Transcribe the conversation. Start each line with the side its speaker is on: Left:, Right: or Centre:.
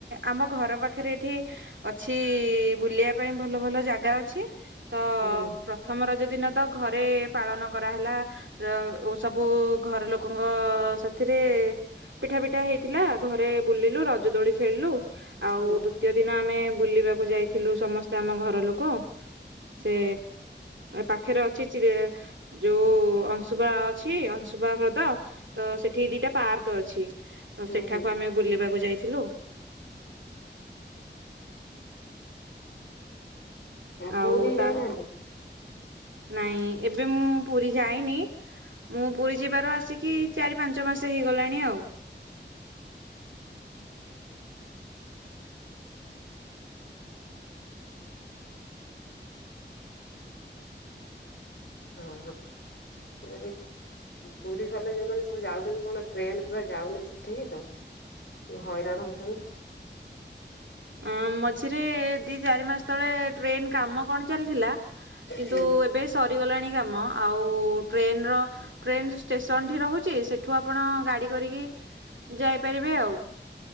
Right: ଆମ ଘର ପାଖରେ ଏଠି ଅଛି ବୁଲିବା ପାଇଁ ଭଲ ଭଲ ଜାଗା ଅଛି। ତ
Left: ହୁଁ
Right: ପ୍ରଥମ ରଜ ଦିନ ତ ଘରେ ପାଳନ କରାହେଲା। ର ଓ ସବୁ ଘର ଲୋକଙ୍କ ସାଥିରେ। ପିଠା ଫିଠା ହେଇଥିଲା। ଘରେ ବୁଲିଲୁ। ରଜ ଦୋଳି ଖେଳିଲୁ। ଆଉ
Left: ହୁଁ
Right: ଦୁ ତୀୟ ଦିନ ଆମେ ବୁଲିବାକୁ ଯାଇଥିଲୁ ସମସ୍ତେ ଆମ ଘର ଲୋକ। ସେ ପାଖରେ ଅଛି ଚିଲି ଯୋଉ ଅଂଶୁ ଅଂଶୁପା ଅଛି, ଅଂଶୁପା ହ୍ରଦ। ତ ସେଠି ଦିଟା ପାର୍କ ଅଛି। ତ
Left: ହୁଁ
Right: ସେଠାକୁ
Left: ହୁଁ
Right: ଆମେ ବୁଲିବାକୁ ଯାଇଥିଲୁ।
Left: ପୁରୀ
Right: ଆଉ ତା,
Left: ଯାଇନାହାନ୍ତି?
Right: ନାଇଁ ଏବେ ମୁଁ ପୁରୀ ଯାଇନି। ମୁଁ ପୁରୀ ଯିବାର ଆସିକି ଚାରି ପାଞ୍ଚ ମାସ ହେଇଗଲାଣି ଆଉ।
Left: ହଁ ହଁ <unintelligible> ପୁରୀ ଗଲେ ଯୋଉମାନେ ସବୁ ଯାଉଛନ୍ତି କଣ ଟ୍ରେନ ପୁରା ଯାଉନି ସେଠିକି ତ। ଟିକେ ହଇରାଣ ହଉଛନ୍ତି।
Right: ଅ ମଝିରେ ଦି ଚାରି ମାସ ତଳେ ଟ୍ରେନ କାମ କଣ ଚାଲିଥିଲା। କିନ୍ତୁ
Left: ହୁଁ
Right: ଏବେ ସରିଗଲାଣି କାମ। ଆଉ ଟ୍ରେନର ଟ୍ରେନ ଷ୍ଟେସନ ଠି ରହୁଛି। ସେଠୁ ଆପଣ ଗାଡି କରିକି ଯାଇପାରିବେ ଆଉ।